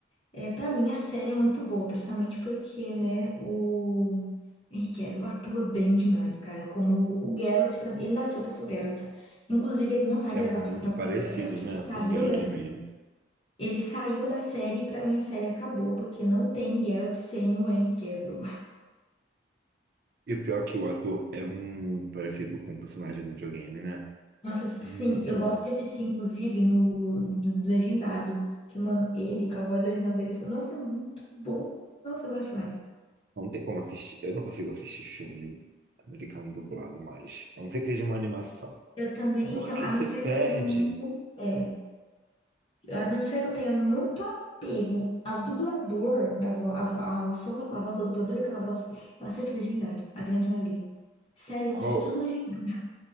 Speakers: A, on the left; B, on the right.
A: É, para mim a série é muito boa, principalmente porque, né, o Henry Cavill atua bem demais, cara, como o Geralt para mim, ele nasceu para ser o Geralt. Inclusive, ele não vai
B: É
A: gravar
B: muito
A: a próxima temporada,
B: parecido,
A: né, porque
B: né,
A: ele saiu
B: com o Geralt
A: das
B: mesmo.
A: ele saiu da série e pra mim a série acabou, porque não tem Geralt sem o Henry Cavill.
B: E o pior é que o ator é muito parecido com o personagem do videogame, né?
A: Nossa, sim,
B: É muito.
A: eu gosto de assistir, inclusive, no do legendado. Que, mano, ele, com a voz original dele, falou, nossa, é muito bom. Nossa, eu gosto demais.
B: Não tem como assistir. Eu não consigo assistir filme americano dublado mais. A não ser que seja uma animação.
A: Eu também,
B: Porque
A: então, a
B: você
A: não ser
B: perde.
A: que eu tenha, mu- é, a não ser que eu tenha muito apego ao dublador, da vo, a vo- ao som daquela voz, ao dublador daquela voz, eu assisto legendado, a grande maioria. Sério, eu assisto
B: Qual,
A: tudo legendado. <laughs>